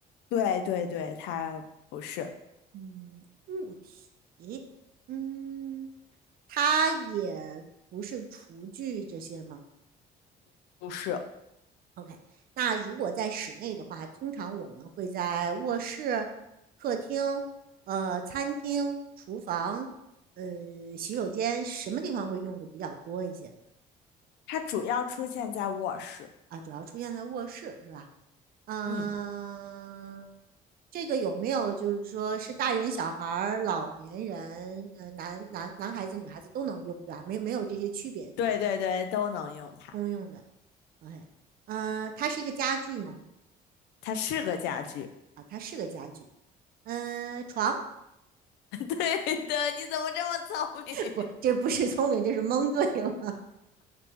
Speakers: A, on the left; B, on the right.
A: 对对对，它不是
B: 嗯，物体，嗯，它也不是厨具这些吗？
A: 不是，
B: OK，那如果在室内的话，通常我们会在卧室、客厅、呃餐厅、厨房、呃洗手间什么地方会用的比较多一些呢？
A: 它主要出现在卧室，
B: 啊，主要出现在卧室是吧？嗯、
A: 嗯，
B: 这个有没有就是说是大人、小孩儿、老年人，呃，男男男孩子、女孩子都能用，对吧？没没有这些区别，对吧？
A: 对对对，都能用它。
B: 通用的。OK，嗯、它是一个家具吗？
A: 它是个家具。
B: 啊，它是个家具。嗯、床。
A: <laughs> 对的，你怎么这么聪明？<laughs>
B: 不，这不是聪明，这是蒙对了，